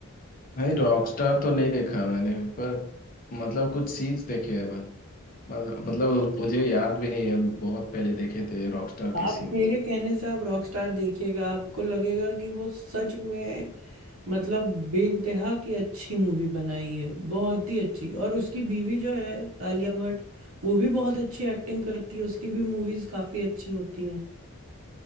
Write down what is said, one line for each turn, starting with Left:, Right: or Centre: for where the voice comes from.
Left: भाई रॉकस्टार तो नहीं देखा मैंने पर मतलब कुछ सीन्स देखे हैं बस मतलब मतलब मुझे याद भी नहीं है बहुत पहले देखे थे रॉकस्टार
Right: आप
Left: के सीन्स
Right: मेरे कहने से आप रॉकस्टार देखिएगा आपको लगेगा कि वो सच में मतलब बेइंतहा की अच्छी मूवी बनाई है बहुत ही अच्छी और उसकी बीवी जो है आलिया भट्ट वो भी बहुत अच्छी एक्टिंग करती है उसकी भी मूवीज काफी अच्छी होती हैं